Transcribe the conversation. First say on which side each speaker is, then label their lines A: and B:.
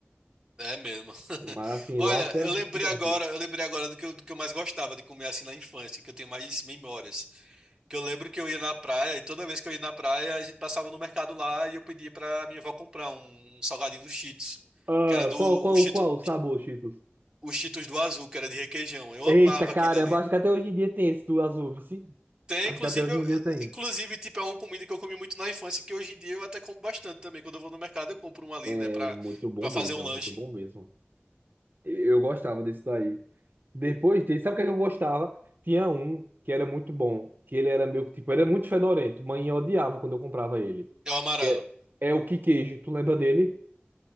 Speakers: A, on the right (about 20°); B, on the right (about 50°).
A: é mesmo. <laughs>
B: Mas assim,
A: Olha,
B: lasca
A: eu lembrei
B: o dente.
A: agora, eu lembrei agora do que eu, do que eu mais gostava de comer assim na infância, que eu tenho mais memórias. Que eu lembro que eu ia na praia e toda vez que eu ia na praia, a gente passava no mercado lá e eu pedia pra minha avó comprar um, um salgadinho do Cheetos,
B: Ah,
A: que era do
B: qual,
A: o
B: qual,
A: Cheetos,
B: qual o sabor, Cheetos?
A: o Cheetos do Azul, que era de requeijão. Eu
B: Eita,
A: amava
B: caramba,
A: aquilo ali.
B: acho que até hoje em dia tem esse do azul, vê se.
A: Tem,
B: Acho
A: inclusive,
B: que até hoje
A: eu-
B: em dia tem.
A: inclusive, tipo, é uma comida que eu comi muito na infância, que hoje em dia eu até como bastante também. Quando eu vou no mercado, eu compro um ali,
B: É
A: né, pra,
B: muito bom
A: pra
B: mesmo,
A: fazer um
B: é
A: lanche.
B: muito bom mesmo. Eu gostava desse daí. Depois dele, sabe o que é que eu gostava? Tinha um que era muito bom, que ele era meio que, tipo, era muito fedorento. Mãe odiava quando eu comprava ele.
A: É o amarelo.
B: Que É, é o que queijo, tu lembra dele?